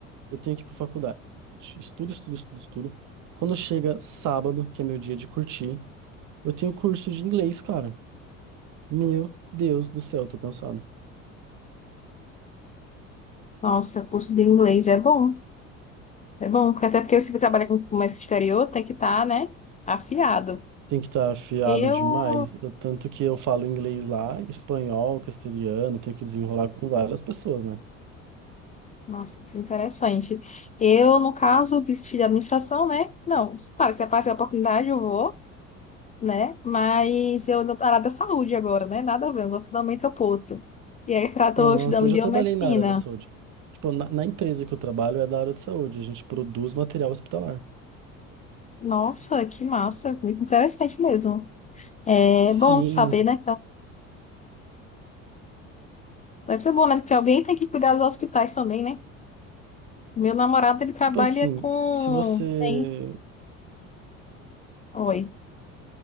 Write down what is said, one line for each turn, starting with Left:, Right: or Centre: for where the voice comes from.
Right: eu tenho que ir pra faculdade. Estudo, estudo, estudo, estudo. Quando chega sábado, que é meu dia de curtir, eu tenho curso de inglês, cara. Meu Deus do céu, eu tô cansado.
Left: Nossa, curso de inglês é bom. É bom, porque até porque você que trabalha com comércio exterior tem que estar, né, afiado.
Right: Tem que estar afiado
Left: Eu,
Right: demais. Eu, tanto que eu falo inglês lá, espanhol, castelhano, tenho que desenrolar com várias pessoas, né?
Left: nossa, que interessante. Eu, no caso, desisti da administração, né? Não, claro, se aparecer a oportunidade, eu vou. né? Mas eu não área da saúde agora, né? Nada a ver, eu gosto totalmente oposto. E aí, pra- tô
Right: Nossa,
Left: estudando
Right: eu já
Left: biomedicina.
Right: trabalhei na área da saúde. Tipo, na, na empresa que eu trabalho é da área de saúde, a gente produz material hospitalar.
Left: Nossa, que massa, muito interessante mesmo. É
Right: Sim,
Left: bom saber, né? Então, deve ser bom, né? Porque alguém tem que cuidar dos hospitais também, né? Meu namorado, ele trabalha
Right: tipo assim,
Left: com.
Right: se você,
Left: Tem. Oi.